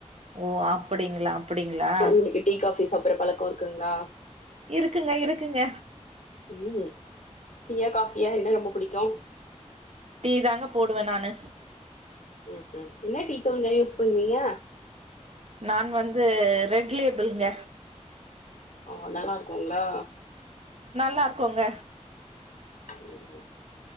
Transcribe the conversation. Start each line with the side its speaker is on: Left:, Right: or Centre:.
Right: ஓ அப்டிங்களா அப்டிங்களா
Left: உங்களுக்கு டீ காஃபி சாப்பற பழக்கோ இருக்குங்களா
Right: இருக்குங்க இருக்குங்க
Left: ம் டீ யா காஃபியா என்ன ரொம்ப புடிக்கு
Right: டி தாங்க போடுவ நானு
Left: ம்ம் என்ன டீத்துள்ங்க யூஸ் பண்ணுவீங்க
Right: நா வந்து ரெட்லேபிளுங்க
Left: ஒ நல்லா இருக்குங்களா
Right: நல்லா இருக்குங்க
Left: ம் ம்